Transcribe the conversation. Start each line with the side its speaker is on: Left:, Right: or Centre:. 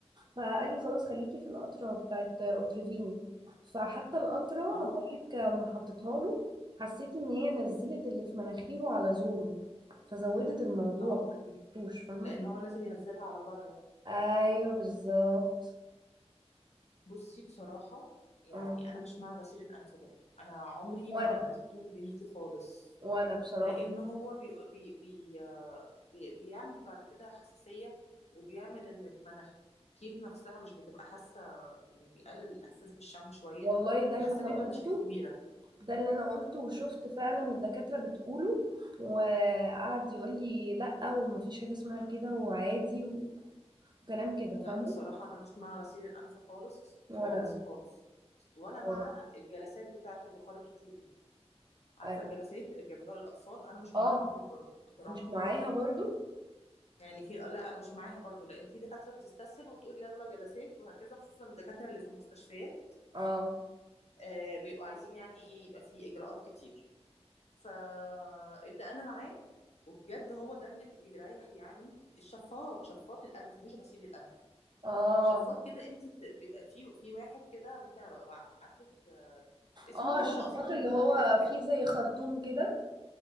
Right: فقال لي خلاص خليكي في القطره بتاعت اوتريفين فحتى القطره
Left: اه
Right: بقول لك ما حطيتها له حسيت ان هي نزلت اللي في مناخيره على زوره فزودت الموضوع
Left: اه
Right: ما عملتوش فاهمه
Left: لان هو لازم ينزلها على بره
Right: ايوه بالظبط
Left: بصي بصراحه يعني
Right: اه
Left: انا مش مع غسيل الانف برضه انا عمري
Right: وانا
Left: ما عملته لبنتي خالص
Right: وانا بصراحه
Left: لان هو بي بي بي آه، بي بيعمل بعد كده حساسيه وبيعمل ان المناخير نفسها مش بتبقى حاسه يعني بيقلل الاحساس بالشم شويه
Right: والله ده
Left: انا
Right: اللي
Left: حاسه
Right: انا
Left: بيعمل
Right: قلته
Left: مشاكل كبيره
Right: ده اللي انا قلته وشفت فعلا الدكاترة بتقوله وقعد يقول لي لا ومفيش حاجة اسمها كده وعادي وكلام كده
Left: لا
Right: فاهمه
Left: بصراحه انا مش مع غسيل الانف خالص
Right: ولا
Left: خالص
Right: انا
Left: خالص ولا
Right: اه
Left: مع الجلسات بتاعه البخار الكتير دي عارفه
Right: ايوه
Left: الجلسات اللي بيعملوها للاطفال انا مش
Right: اه
Left: معاها كتير برضه بصراحه
Right: مش معاها برضو
Left: يعني في لا انا مش معاها برضه لان في دكاتره بتستسهل وتقول يلا جلسات وهكذا خصوصا الدكاتره اللي في المستشفيات
Right: اه
Left: آه بيبقوا عايزين يعني ايه يبقى في اجراءات كتير فاللي انا معاه وبجد هو ده اللي بيريح يعني الشفاط شفاط الانف مش غسيل الانف
Right: اه
Left: شفاط كده انت بت- بيبقى في في واحد كده ممكن ابقى ابعت لك آه، اسمه
Right: اه
Left: هو
Right: الشفاط
Left: اصلا
Right: اللي هو
Left: الكتريك
Right: فيه زي خرطوم كده